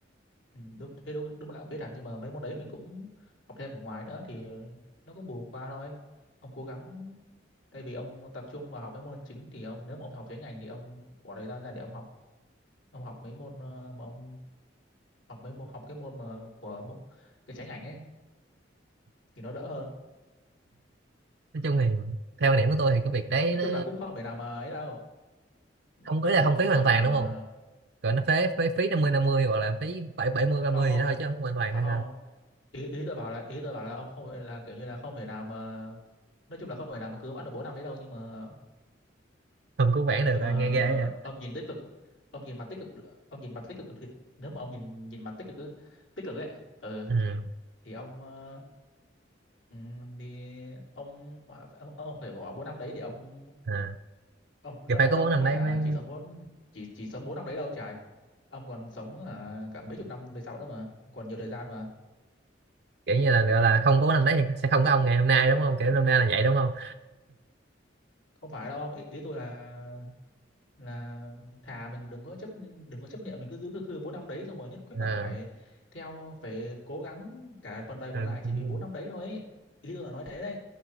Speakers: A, on the left (about 85°); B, on the right (about 60°).
A: ừ, đúng, thế đúng, đúng là lãng phí thật nhưng mà mấy môn đấy mình cũng học thêm ở ngoài nữa thì ờ, nó cũng bù qua thôi ông cố gắng thay vì ông tập trung vào học mấy môn chính thì ông nếu mà ông học chuyên ngành thì ông bỏ thời gian ra để ông học ông học mấy môn ờ, mà ông học mấy môn học cái môn mà của môn, cái trái ngành ấy thì nó đỡ hơn
B: nói chung thì theo quan điểm của tôi thì cái việc đấy
A: nói
B: nó
A: chung là cũng không phải nào mà ấy đâu nói
B: không có là
A: chung là
B: không
A: không
B: phí hoàn
A: không phải
B: toàn
A: nào
B: đúng
A: mà
B: không Còn nó phế phế phí năm mươi năm mươi hoặc là phí bảy bảy mươi ba
A: không
B: mươi
A: không
B: gì đó thôi chứ không hoàn toàn
A: không
B: hay
A: không
B: sao.
A: ý ý tôi bảo là ý tôi bảo là ông không phải là kiểu như là không thể nào mà nói chung là không thể nào mà cứ bán được bốn năm đấy đâu nhưng mà
B: Không cứu vãn
A: nhưng
B: được à,
A: mà
B: nghe ghê vậy.
A: ông nhìn tích cực ông nhìn mặt tích cực ông nhìn mặt tích cực thì nếu mà ông nhìn nhìn mặt tích cực ấy- tích cực ấy ừ,
B: Ừ.
A: thì ông ờ, ừm, thì ông ông, ông phải bỏ bốn năm đấy để ông
B: À.
A: ông
B: Kiểu
A: ông
B: phải có
A: đâu
B: vốn
A: có
B: năm
A: phải
B: đấy
A: là
B: mới
A: chỉ sống bốn chỉ chỉ sống bốn năm đấy đâu trời ông còn sống hả, cả mấy chục năm về sau nữa mà còn nhiều thời gian mà
B: kiểu như là gọi là không có vốn năm đấy thì sẽ không có ông ngày hôm nay đúng không? Kiểu năm nay là vậy đúng không?
A: không phải đâu ông ý, ý tôi là là thà mình đừng có chấp đừng có chấp niệm mình cứ giữ cái khư bốn năm đấy xong rồi nhất quyết
B: À,
A: là phải theo phải cố gắng cả phần đời
B: ừ.
A: còn lại chỉ vì bốn năm đấy thôi ấy. ý tôi là nói thế đấy